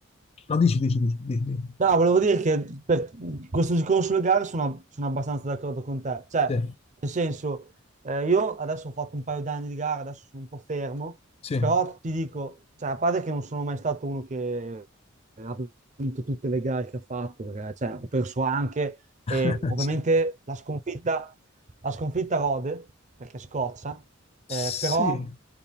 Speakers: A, on the left (about 30°); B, on the right (about 35°).
A: No, dici, dici, dici, dici, dici.
B: No, volevo dire che per questo discorso sulle gare sono, sono abbastanza d'accordo con te. Cioè,
A: Sì,
B: nel senso, eh, io adesso ho fatto un paio d'anni di gara, adesso sono un po' fermo,
A: sì,
B: però ti dico, cioè, a parte che non sono mai stato uno che ha vinto tutte le gare che ha fatto, perché cioè, ho perso anche,
A: <laughs>
B: e ovviamente
A: sì.
B: la sconfitta... Ha sconfitta Rode perché scoccia,
A: Sì.
B: eh, però,